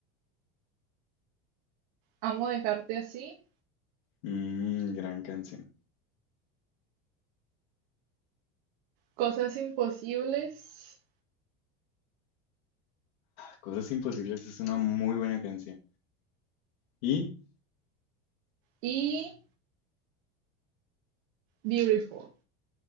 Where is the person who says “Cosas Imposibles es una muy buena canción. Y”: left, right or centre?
Left